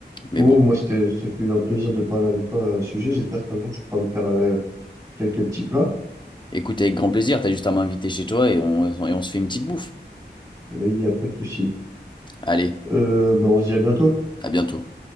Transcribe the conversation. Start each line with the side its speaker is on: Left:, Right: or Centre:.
Left: Mais
Right: Bon,
Left: bon,
Right: moi, c'était, ce fut un plaisir de parler avec toi à ce sujet. J'espère qu'un jour, tu pourras me faire euh, quelques petits plats,
Left: écoute, avec grand plaisir, t'as juste à m'inviter chez toi et on, et on se fait une petite bouffe.
Right: mais il n'y a pas de souci.
Left: Allez,
Right: Euh, ben, on se dit à bientôt.
Left: à bientôt.